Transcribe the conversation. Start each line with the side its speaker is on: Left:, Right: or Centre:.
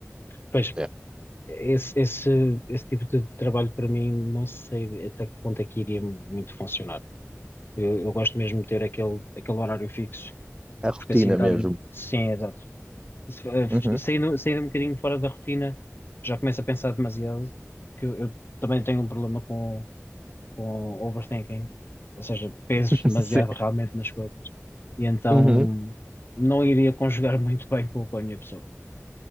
Left: Pois,
Right: É,
Left: Esse, esse, esse tipo de trabalho para mim não sei até que ponto é que iria muito funcionar. Eu, eu gosto mesmo de ter aquele, aquele horário fixo,
Right: é a rotina
Left: porque assim dá-me.
Right: mesmo.
Left: Sim, exato. Se- eh,
Right: Uhum.
Left: Saindo, saindo um bocadinho fora da rotina, já começo a pensar demasiado, que eu, eu também tenho um problema com, com overthinking, ou seja, penso
Right: <laughs>
Left: demasiado
Right: Sim.
Left: <laughs> realmente nas coisas, e então
Right: Uhum.
Left: não iria conjugar muito bem com, com a minha pessoa.